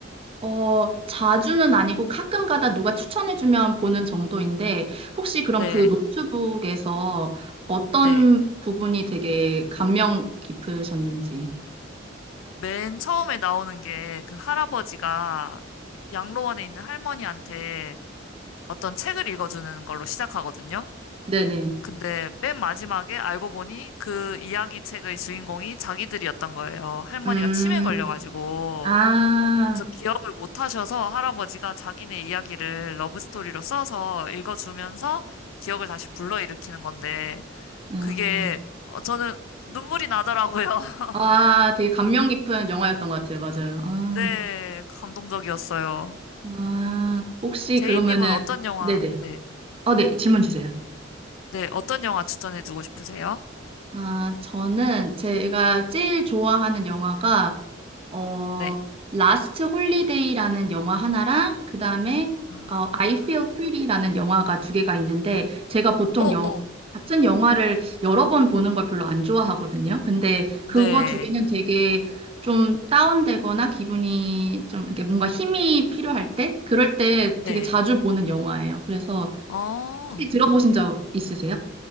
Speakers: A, on the right (about 30°); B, on the left (about 85°).
A: 어, 자주는 아니고 가끔 가다 누가 추천해주면 보는 정도인데, 혹시 그럼
B: 네,
A: 그 노트북에서 어떤
B: 네.
A: 부분이 되게 감명 깊으셨는지.
B: 맨 처음에 나오는 게 그 할아버지가 양로원에 있는 할머니한테 어떤 책을 읽어주는 걸로 시작하거든요.
A: 네네.
B: 근데 맨 마지막에 알고 보니 그 이야기 책의 주인공이 자기들이었던 거예요. 할머니가
A: 음,
B: 치매 걸려가지고.
A: 아,
B: 그래서 기억을 못 하셔서 할아버지가 자기네 이야기를 러브스토리로 써서 읽어주면서 기억을 다시 불러일으키는 건데,
A: 음,
B: 그게, 어, 저는 눈물이 나더라고요. <laughs>
A: 아, 되게 감명 깊은 영화였던 것 같아요. 맞아요. 아,
B: 네, 감동적이었어요.
A: 아, 혹시
B: 제이님은
A: 그러면은,
B: 어떤 영화,
A: 네네.
B: 네,
A: 어, 네, 질문 주세요.
B: 네, 어떤 영화 추천해주고 싶으세요?
A: 아, 저는 제가 제일 좋아하는 영화가 어
B: 네.
A: 라스트 홀리데이라는 영화 하나랑 그다음에
B: 아,
A: 어 I Feel Pretty라는 영화가 두 개가 있는데 제가 보통
B: 어,
A: 영
B: 어,
A: 같은 영화를 여러 번 보는 걸 별로 안 좋아하거든요. 근데
B: 네,
A: 그거 두 개는 되게 좀 다운되거나 기분이 좀 이렇게 뭔가 힘이 필요할 때 그럴 때
B: 네.
A: 되게 자주 보는 영화예요. 그래서
B: 어,
A: 혹시 들어보신 적 있으세요?